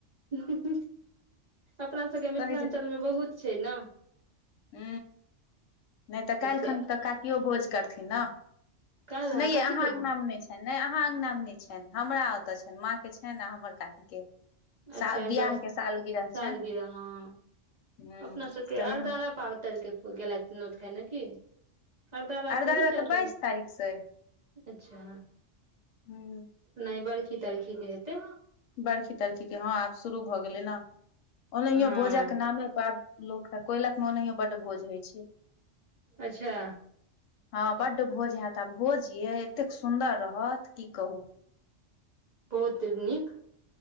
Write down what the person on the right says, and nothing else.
हुहुहु अपना सबके
मिथिलांचल में बहुत छै न।
के
काल्हि
कथी
के
भ
अच्छा
एनवर
सालगिरह
हँ
अपना सबके
अरदारा पावतर के गेलथि नोत खैले की। अरदरा
तऽ नैय चढ़लन।
अच्छा
नहि बर्खी-तरखी के हेतै।
हँ
अच्छा।
बहुत नीक।